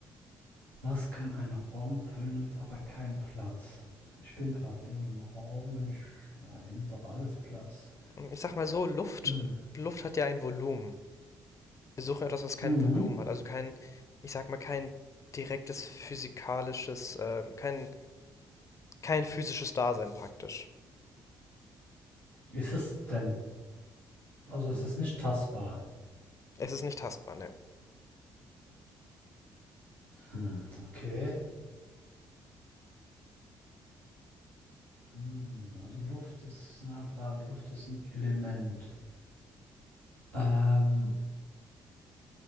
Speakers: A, on the right; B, on the left.
A: Was kann ein Raum füllen, nimmt aber keinen Platz? Ich bin gerade in einem Raum und ich, na, hier nimmt doch alles Platz.
B: Hm, Ich sag mal so, Luft,
A: Hm.
B: Luft hat ja ein Volumen. Wir suchen etwas, was kein
A: Hm.
B: Volumen hat, also kein, ich sag mal, kein direktes physikalisches, äh, kein, kein physisches Dasein praktisch.
A: Ist es denn? Also es ist nicht tastbar.
B: Es ist nicht tastbar, ne?
A: Hm. Okay. Hm. Also Luft ist nah dran. Luft ist ein Element. Ähm,